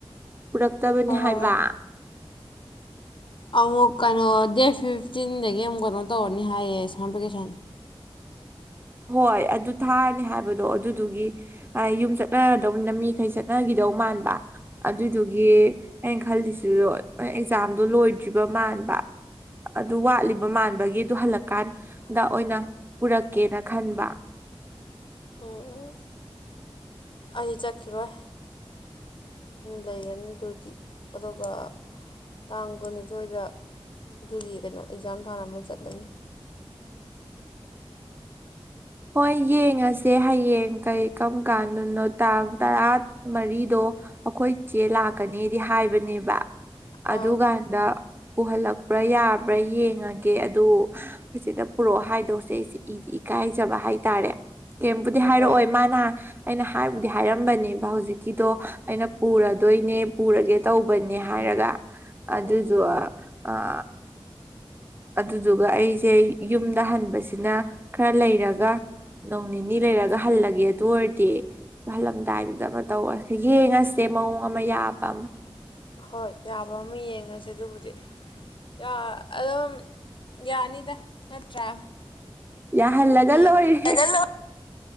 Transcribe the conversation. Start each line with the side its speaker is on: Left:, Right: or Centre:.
Right: ꯄꯨꯔꯛꯇꯕꯅꯤ
Left: ꯍꯣꯏ ꯍꯣꯏ
Right: ꯍꯥꯏꯕ
Left: ꯍꯣꯏ ꯑꯃꯨꯛ ꯀꯩꯅꯣ ꯗꯦꯠ ꯐꯤꯐꯇꯤꯟꯗꯒꯤ ꯑꯃꯨꯛ ꯀꯩꯅꯣ ꯇꯧꯔꯅꯤ ꯍꯥꯏꯌꯦ ꯁꯃꯔ ꯚꯦꯀꯦꯁꯟ
Right: ꯍꯣꯏ ꯑꯗꯨ ꯊꯥꯔꯅꯤ ꯍꯥꯏꯕꯗꯣ ꯑꯗꯨꯗꯨꯒꯤ ꯌꯨꯝ ꯆꯠꯅꯔꯗꯧꯅꯤꯅ ꯃꯤꯈꯩ ꯆꯠꯅꯈꯤꯗꯧ ꯃꯥꯟꯕ ꯑꯗꯨꯗꯨꯒꯤ ꯑꯩꯅ ꯈꯜꯂꯤꯁꯤ ꯑꯦꯛꯖꯥꯝ ꯂꯣꯏꯗ꯭ꯔꯤꯕ ꯃꯥꯟꯕ ꯑꯗꯨ ꯋꯥꯠꯂꯤꯕ ꯃꯥꯟꯕꯒꯤ ꯇꯨ ꯍꯜꯂꯛꯀꯥꯟꯗ ꯑꯣꯏꯅ ꯄꯨꯔꯛꯀꯦꯅ ꯈꯟꯕ
Left: ꯎꯝ ꯑꯩ ꯆꯠ ꯆꯠꯈꯤꯔꯣꯏ ꯂꯩꯔꯅꯤ ꯑꯗꯨꯗꯤ ꯑꯗꯨꯒ ꯇꯥꯡ ꯀꯨꯟꯅꯤꯊꯣꯏꯗ ꯑꯗꯨꯗꯤ ꯀꯩꯅꯣ ꯑꯦꯛꯖꯥꯝ ꯊꯥꯔꯝꯃ ꯆꯠꯂꯅꯤ
Right: ꯍꯣꯏ ꯌꯦꯡꯉꯁꯦ ꯍꯌꯦꯡ ꯀꯩ ꯀꯔꯝ ꯀꯥꯟꯗꯅꯣ ꯇꯥꯡ ꯇꯔꯥ ꯃꯔꯤꯗꯣ ꯑꯩ꯭ꯈꯣꯏ ꯆꯦ ꯂꯥꯛꯀꯅꯦꯗꯤ ꯍꯥꯏꯕꯅꯦꯕ
Left: ꯑꯥ
Right: ꯑꯗꯨꯀꯥꯟꯗ꯫ ꯄꯨꯍꯜꯂꯛꯄ꯭ꯔꯥ ꯌꯥꯕ꯭ꯔꯥ ꯌꯦꯡꯉꯒꯦ ꯑꯗꯨ ꯁꯤꯗ ꯄꯨꯔꯛꯑꯣ ꯍꯥꯏꯗꯧꯁꯦ ꯑꯩꯁꯦ ꯏꯗꯤ ꯏꯀꯥꯏꯁꯦ ꯆꯕ ꯍꯥꯏꯇꯥꯔꯦ ꯀꯩꯝꯕꯨꯗꯤ ꯍꯥꯏꯔꯛꯑꯣꯢ
Left: ꯍꯣꯏ
Right: ꯃꯥꯅ ꯑꯩꯅ ꯍꯥꯏꯕꯨꯗꯤ ꯍꯥꯏꯔꯝꯕꯅꯦꯕ ꯍꯧꯖꯤꯛꯀꯤꯗꯣ ꯑꯩꯅ ꯄꯨꯔꯗꯣꯏꯅꯦ ꯄꯨꯔꯒꯦ ꯇꯧꯕꯅꯦ ꯍꯥꯏꯔꯒ ꯑꯗꯨꯗꯨ
Left: ꯎꯝ
Right: ꯑꯥ ꯑꯗꯨꯗꯨꯒ ꯑꯩꯁꯦ ꯌꯨꯝꯗ ꯍꯟꯕꯁꯤꯅ ꯈꯔ ꯂꯩꯔꯒ ꯅꯣꯡ ꯅꯤꯅꯤ ꯂꯩꯔꯒ ꯍꯜꯂꯒꯦ ꯑꯗꯨ ꯑꯣꯏꯔꯗꯤ ꯍꯂ ꯂꯥꯢꯟꯗ ꯑꯃ ꯇꯧꯔ ꯌꯦꯡꯉꯁꯤ ꯃꯑꯣꯡ ꯑꯃ ꯌꯥꯕ
Left: ꯍꯣꯏ ꯌꯥꯕ ꯑꯃ ꯌꯦꯡꯉꯁꯦ ꯑꯗꯨꯕꯨꯗꯤ ꯌꯥ ꯑꯗꯨꯝ ꯌꯥꯅꯤꯗ ꯅꯠꯇ꯭ꯔꯥ
Right: ꯌꯥꯍꯜꯂꯒ
Left: ꯍꯌꯦꯡ
Right: ꯂꯣꯏꯔꯦꯍꯦ